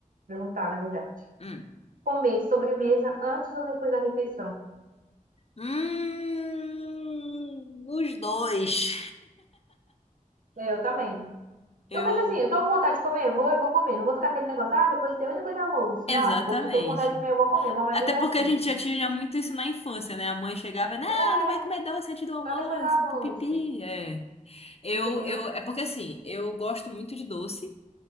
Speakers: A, on the right; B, on the left.
A: Perguntar, na verdade.
B: Hum.
A: Comer sobremesa antes ou depois da refeição?
B: Hum, os dois.
A: É, Eu também.
B: Eu.
A: Eu penso assim, eu tô com vontade de comer, eu vou, eu vou comer. Não vou ficar aquele negócio, ah, depois deu e depois do almoço.
B: Exatamente.
A: Não, vou, tô com vontade de comer, eu vou comer. Meu marido
B: Até porque
A: é assim,
B: a gente já tinha muito isso na infância, né? A mãe chegava, não,
A: é,
B: não vai comer doce antes do almoço,
A: só depois do almoço.
B: pipi. É. Eu,
A: Entendeu?
B: eu, é porque assim, eu gosto muito de doce,